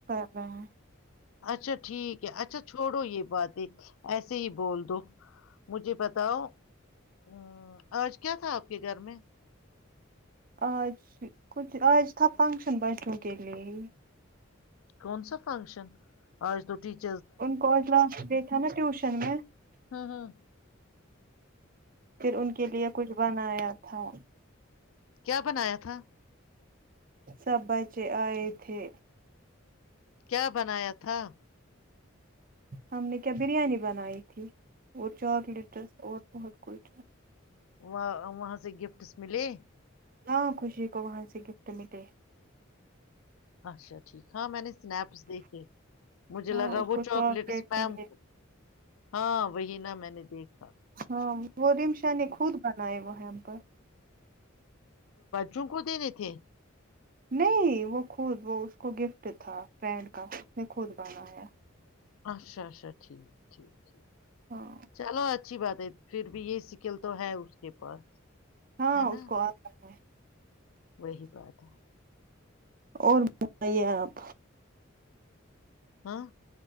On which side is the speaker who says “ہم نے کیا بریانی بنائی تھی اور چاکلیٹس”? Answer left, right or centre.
Right